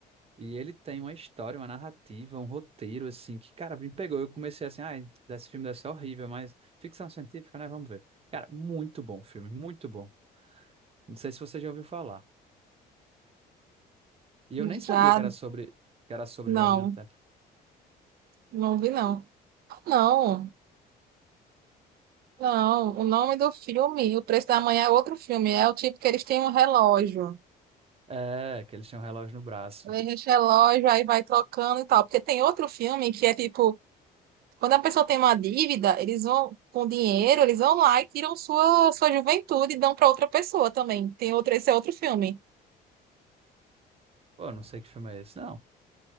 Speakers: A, on the right; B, on the right.
A: e ele tem uma história, uma narrativa, um roteiro, assim, que, cara, me pegou. Eu comecei assim, ah, esse filme deve ser horrível, mas ficção científica, né? Vamos ver. Cara, muito bom o filme, muito bom. Não sei se você já ouviu falar. E
B: Já,
A: eu nem sabia que era sobre, que era sobre
B: não.
A: viagem no tempo.
B: Não vi, não. Não, não. O nome do filme, O Preço da Manhã é outro filme. É o tipo que eles têm um relógio.
A: É, que eles têm um relógio no braço.
B: eles relógio, aí vai trocando e tal. Porque tem outro filme que é tipo, quando a pessoa tem uma dívida, eles vão com dinheiro, eles vão lá e tiram sua, sua juventude e dão para outra pessoa também. Tem outro, esse é outro filme.
A: Pô, não sei que filme é esse. Não,